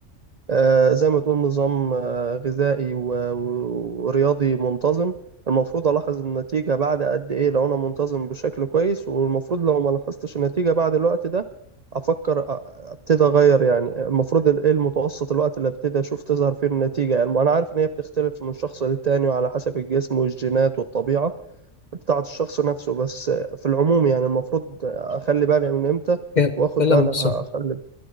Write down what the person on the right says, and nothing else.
آه، زي ما تقول نظام آه، غذائي و- و- ورياضي منتظم المفروض ألاحظ النتيجة بعد قد إيه لو أنا منتظم بشكل كويس والمفروض لو ما لاحظتش النتيجة بعد الوقت ده أفكر ابتدي اغير يعني المفروض ال- ايه المتوسط الوقت اللي ابتدي اشوف تظهر فيه النتيجه يعني ما انا عارف ان هي بتختلف من شخص للتاني وعلى حسب الجسم والجينات والطبيعه بتاعه الشخص نفسه بس في العموم يعني المفروض اخلي بالي من امتى
واخد
بالي
اخلي